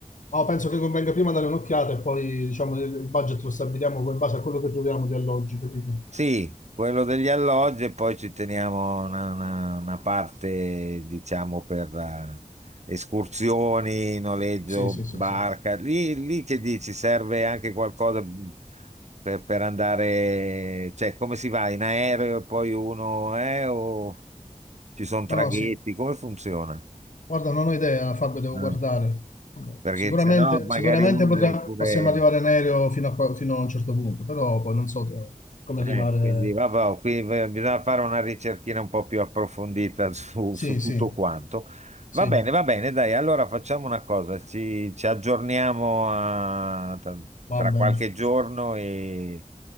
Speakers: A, on the left; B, on the right.
A: Ma penso che convenga prima dare un'occhiata e poi diciamo il il budget lo stabiliamo poi in base a quello che troviamo di alloggi, capito?
B: Sì, quello degli alloggi e poi ci teniamo una, una- una parte, diciamo, per eh, escursioni, noleggio,
A: Sì, sì,
B: barca.
A: sì, sì.
B: Lì, lì che dici, serve anche qualcosa mhmm, per, per andare, cioè come si va in aereo e poi uno, eh, o ci sono traghetti,
A: No, no, sì.
B: come funziona?
A: Guarda, non ho idea, Fabio, devo
B: No,
A: guardare.
B: Perché
A: Sicuramente,
B: se no magari
A: sicuramente
B: uno
A: potrà-
B: deve pure...
A: possiamo arrivare in aereo fino a, qua- fino a un certo punto, però poi non so to- come
B: Eh,
A: arrivare.
B: quindi vabbè, qui eh, bisogna fare una ricerchina un po' più approfondita <laughs> su,
A: Sì,
B: su tutto
A: sì,
B: quanto.
A: sì,
B: Va bene, va bene, dai, allora facciamo una cosa, ci, ci aggiorniamo a- tra,
A: va
B: tra
A: bene,
B: qualche giorno e,